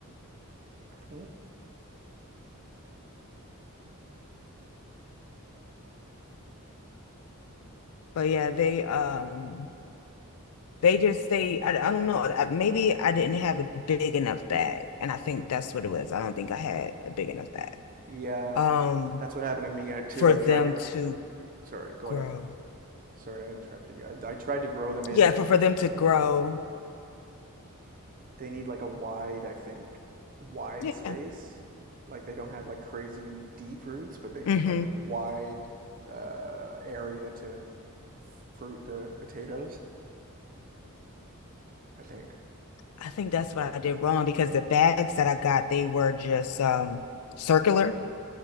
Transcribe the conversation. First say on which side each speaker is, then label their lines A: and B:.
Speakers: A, on the right (about 40°); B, on the left (about 80°).
A: mm.
B: but yeah, they um, they just say, I, I don't know, I, maybe I didn't have a big enough bag, and I think that's what it was. I don't think I had a big enough bag,
A: yeah,
B: um,
A: that's what happened to me uh, too.
B: for
A: I
B: them
A: tried to. gr-
B: to
A: Sorry, go
B: grow.
A: ahead. Sorry, I interrupted you. I, I tried to grow them in.
B: Yeah, for for them to grow.
A: they need like a wide, I think, wide
B: Yeah.
A: space. Like they don't have like crazy deep roots, but they need
B: Mhm.
A: like wide uh, area to fruit the potatoes, I think.
B: I think that's what I did wrong because the bags that I got, they were just um circular.